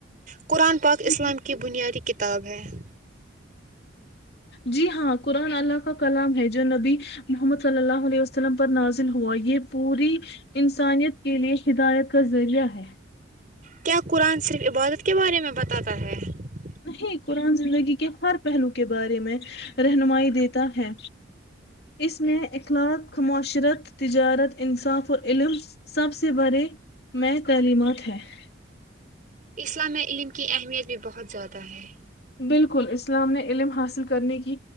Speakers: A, on the right; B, on the left.
A: قرآن پاک
B: ہے۔
A: اسلام کی بنیادی کتاب <unintelligible> تب ہے <unintelligible>
B: جی ہاں قرآن اللہ کا کلام ہے جو نبی محمد صلی اللہ علیہ وسلم پر نازل ہوا یہ پوری انسانیت کے لیے ہدایت کا ذریعہ ہے <unintelligible>
A: کیا قرآن صرف عبادت کے بارے میں بتاتا ہے <unintelligible>
B: نہیں قرآن زندگی کے ہر پہلو کے بارے میں رہنمائی دیتا ہے اس میں اخلاق معاشرت تجارت انصاف اور علم سب سے بڑے میں تعلیمات ہے <unintelligible>
A: اسلام علم کی اہمیت بھی بہت زیادہ ہے <unintelligible>
B: بالکل اسلام نے علم حاصل کرنے کی